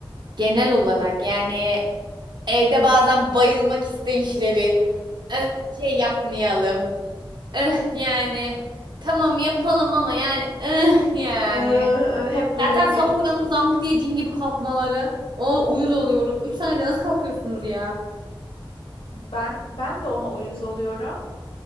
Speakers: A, on the right; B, on the left.
A: Genel olarak yani Evde bazen bayılmak isteyişleri. "Eh, şey yapmayalım. Eh, yani tamam yapalım ama yani eh, yani.
B: Ee, hep böyle
A: Zaten
B: bir
A: sabah uyanıp zank diye cin gibi kalkmaları. O uyuz oluyorum. 3 saniyede nasıl kalkıyorsunuz ya?
B: ben ben de ona uyuz oluyorum.